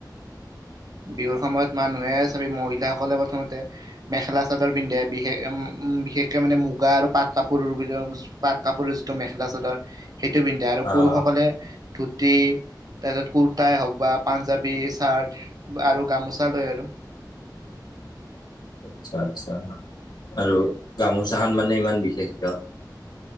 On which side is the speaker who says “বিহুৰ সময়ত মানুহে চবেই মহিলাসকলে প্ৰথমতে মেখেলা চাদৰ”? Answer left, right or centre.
Right